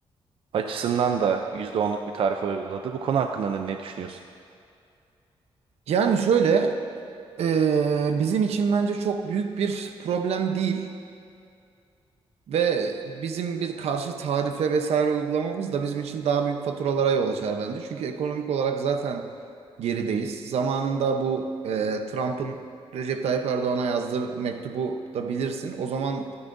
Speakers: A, on the right (about 60°); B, on the right (about 85°).
A: açısından da yüzde onluk bir tarife uyguladı. Bu konu hakkında ne, ne düşünüyorsun?
B: Yani şöyle e, bizim için bence çok büyük bir problem değil. Ve bizim bir karşı tarife vesaire uygulamamız da bizim için daha büyük faturalara yol açar bence. Çünkü ekonomik olarak zaten gerideyiz. Zamanında bu e, Trump'ın Recep Tayyip Erdoğan'a yazdığı mektubu da bilirsin. O zaman